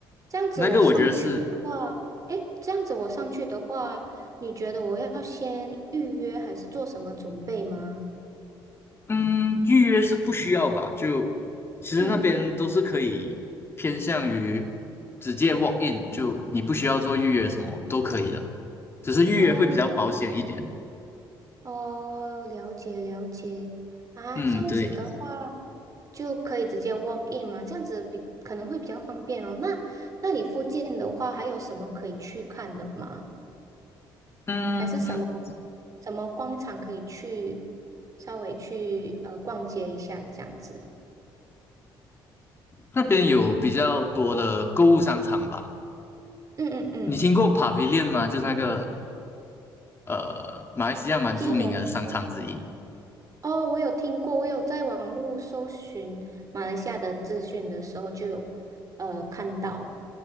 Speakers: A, on the right; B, on the left.
A: 这样子我上去的话，
B: 那个我觉得是，
A: 诶，这样子我上去的话，你觉得我要先预约还是做什么准备吗？
B: 嗯，预约是不需要吧？就其实那边都是可以偏向于
A: 嗯，
B: 直接 walk in，就你不需要做预约什么都可以的，只是预约会比较保险一点。
A: 哦，了解。哦，了解了解啊，
B: 嗯，
A: 这样子的话就可以直接
B: 对，
A: walk in 嘛，这样子比可能会比较方便哦。那那你附近的话，还有什么可以去看的吗？
B: 嗯，
A: 还是什么什么广场可以去稍微去呃逛街一下这样子？
B: 那边有比较多的购物商场吧？
A: 嗯嗯嗯，
B: 你听过 Pavilion 吗？就是那个呃，马来西亚蛮著名的商场之一。
A: 吉隆坡。哦，我有听过，我有在网络搜寻马来西亚的资讯的时候就有呃看到。